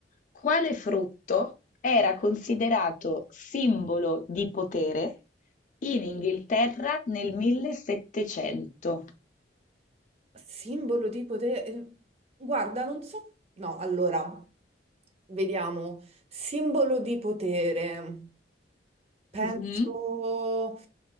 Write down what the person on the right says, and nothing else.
Simbolo di potere. eh, Guarda, non so. No, allora, vediamo. Simbolo di potere. Penso.